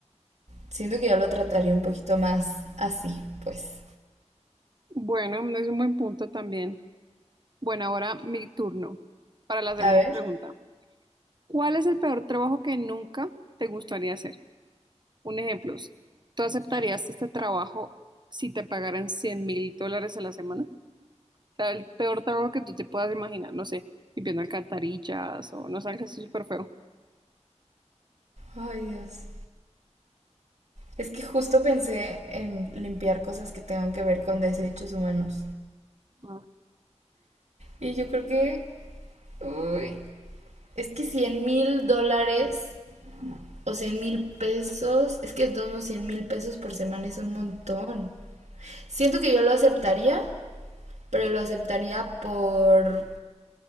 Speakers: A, on the right (about 70°); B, on the right (about 40°).
A: siento que yo lo trataría un poquito más así, pues.
B: Bueno, es un buen punto también. Bueno, ahora mi turno para la segunda
A: A ver.
B: pregunta. ¿Cuál es el peor trabajo que nunca te gustaría hacer? Un ejemplo, ¿tú aceptarías este trabajo si te pagaran 100 mil dólares a la semana? sea, el peor trabajo que tú te puedas imaginar, no sé, limpiando alcantarillas o no sé, algo así súper feo.
A: Ay, Dios. Es que justo pensé en limpiar cosas que tengan que ver con desechos humanos.
B: Ah,
A: Y yo creo que... Uy, Es que cien mil dólares o cien mil pesos, es que todos cien mil pesos por semana es un montón. Siento que yo lo aceptaría, pero lo aceptaría por